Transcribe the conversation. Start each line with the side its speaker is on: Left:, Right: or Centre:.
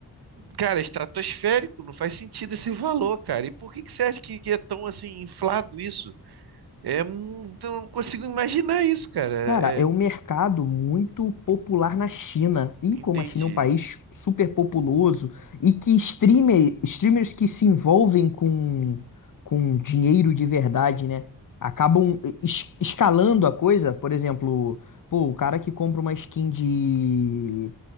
Right: cara, é estratosférico, não faz sentido esse valor, cara. E por que que você acha que, que é tão, assim, inflado isso? É, mu- eu não consigo imaginar isso, cara. É,
Left: Cara, é
Right: é,
Left: um mercado muito popular na China. E
Right: entendi.
Left: como a China é um país super populoso e que streamer, streamers que se envolvem com, com dinheiro de verdade, né? Acabam es- escalando a coisa. Por exemplo, pô, o cara que compra uma skin de,